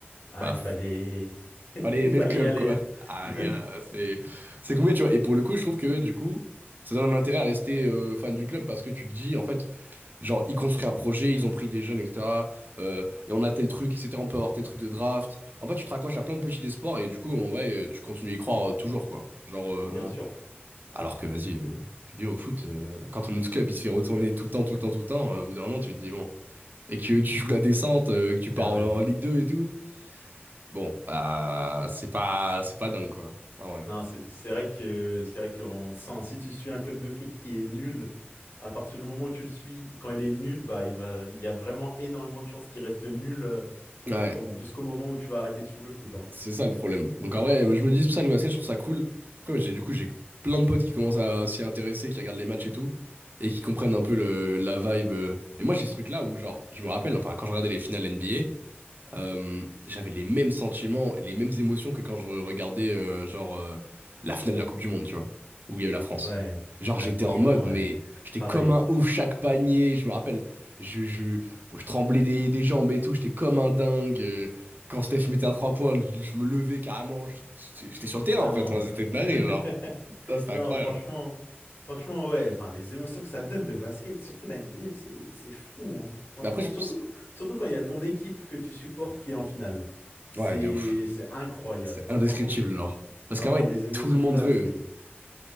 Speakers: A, on the left (about 60°); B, on the right (about 50°).
A: Ah,
B: bah,
A: il fallait, <laughs>
B: Fallait
A: il
B: aimer
A: fallait
B: le club,
A: y aller.
B: quoi.
A: hein.
B: Ah,
A: <laughs>
B: gars, c'est c'est compliqué, tu vois. Et pour le coup, je trouve que, du coup, ça donne un intérêt à rester euh, fan du club parce que tu te dis, en fait, genre, ils construisent un projet, ils ont pris des jeunes, etc. euh, et on a tel truc, etc. On peut avoir tel truc de draft. En fait, tu te raccroches à plein de petits espoirs et du coup, en vrai, euh, tu continues à y croire euh, toujours, quoi. Genre, euh,
A: Bien sûr,
B: alors que, vas-y, euh, je dis au foot, euh, quand on ce club, il se fait retourner tout le temps, tout le temps, tout le temps. euh, au bout d'un moment, tu te dis, bon. Et que tu joues la descente, euh, que tu pars
A: c'est vrai.
B: en, en Ligue 2 et tout. Bon, euh, c'est pas, c'est pas dingue, quoi. Ah ouais.
A: Non, c'est c'est vrai que c'est vrai qu'on sent, si tu suis un club de foot qui est nul, à partir du moment où tu le suis, quand il est nul, bah il va il y a vraiment énormément de chances qu'il reste nul euh,
B: Ouais.
A: au- jusqu'au moment où tu vas arrêter de suivre le foot, hein.
B: C'est ça le problème. Donc en vrai, je me dis c'est pour ça que le basket, je trouve ça cool. Après, mais j'ai du coup, j'ai plein de potes qui commencent à s'y intéresser, qui regardent les matchs et tout, et qui comprennent un peu le, la vibe. euh. Et moi, j'ai ce truc-là où, genre, je me rappelle, enfin, quand je regardais les finales NBA, Euh, j'avais les mêmes sentiments, les mêmes émotions que quand je regardais euh, genre euh, la finale de la Coupe du Monde, tu vois, où il y a eu la France.
A: Ouais.
B: Genre
A: Ouais,
B: j'étais
A: franchement,
B: en mode, mais
A: ouais.
B: j'étais
A: Pareil.
B: comme un ouf chaque panier. Je me rappelle, je, je, je tremblais des, des jambes et tout. J'étais comme un dingue. Euh, Quand Steph mettait un trois points, je me levais carrément. J'étais j'étais sur le terrain
A: Ah
B: en
A: non.
B: fait. moi, C'était de la
A: <laughs>
B: genre. Ça, c'était
A: Non,
B: incroyable.
A: franchement, franchement, ouais, enfin, les émotions que ça donne, le basket, surtout la NBA, c'est, c'est fou, hein. Franchement,
B: Mais après, je...
A: surtout, qu- surtout quand il y a ton équipe que tu supportes qui est en finale. C'est,
B: ouais, de ouf.
A: c'est incroyable.
B: C'est indescriptible,
A: Franchement, c'est
B: genre. Parce
A: vraiment
B: qu'en vrai,
A: les émotions
B: tout le monde
A: que t'as,
B: veut.
A: c'est,